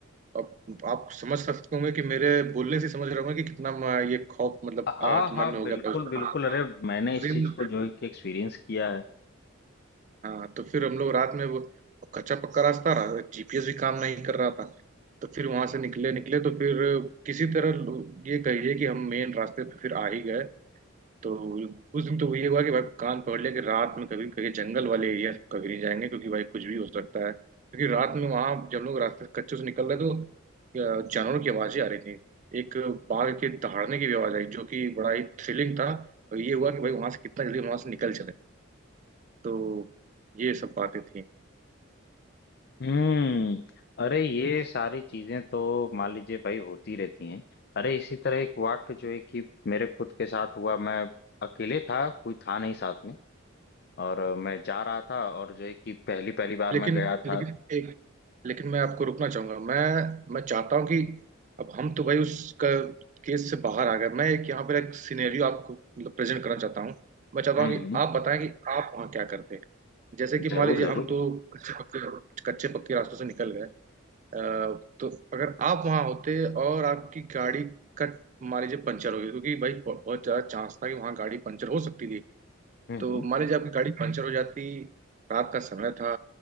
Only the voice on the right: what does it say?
अब आप समझ सकते होंगे कि मेरे बोलने से समझ रहे होंगे कि कितना अ, ये खौफ मतलब
अ, मन
में हो
गया था उस
समय
उस
दिन
हाँ तो फिर हम लोग रात में वो कच्चा पक्का रास्ता रहा जीपीएस भी काम नहीं कर रहा था तो फिर वहां से निकले निकले तो फिर किसी तरह लो- ये कहिए कि हम मेन रास्ते पे फिर आ ही गए तो उस दिन तो ये हुआ कि भाई कान पकड़ लिया कि रात में कभी कहीं जंगल वाले एरिया कभी नहीं जाएंगे क्योंकि भाई कुछ भी हो सकता है क्योंकि रात में वहां जब लोग रास्ते से कच्चे से निकल रहे तो अ, जानवरों की आवाजें आ रही थी एक बाघ के दहाड़ने की भी आवाज आई जो कि बड़ा ही थ्रिलिंग था और ये हुआ कि भाई वहां से कितना जल्दी वहां से निकल चले तो ये सब बातें थी
लेकिन
लेकिन
एक लेकिन मैं आपको रुकना चाहूंगा मैं मैं चाहता हूं कि अब हम तो भाई उस क- केस से बाहर आ गए मैं एक यहाँ पर एक सिनेरियो आपको मतलब प्रेजेंट करना चाहता हूँ मैं चाहता
हूँ कि
आप बताएं कि आप वहाँ क्या करते जैसे कि
मान लीजिए
हम तो कच्चे पक्के कच्चे पक्के रास्तों से निकल गए अ, तो अगर आप वहाँ होते और आपकी गाड़ी का मान लीजिए पंचर हो गई क्योंकि भाई बहुत बहुत ज्यादा चांस था कि वहाँ गाड़ी पंचर हो सकती थी
तो मान लीजिए आपकी गाड़ी पंचर हो जाती रात का समय था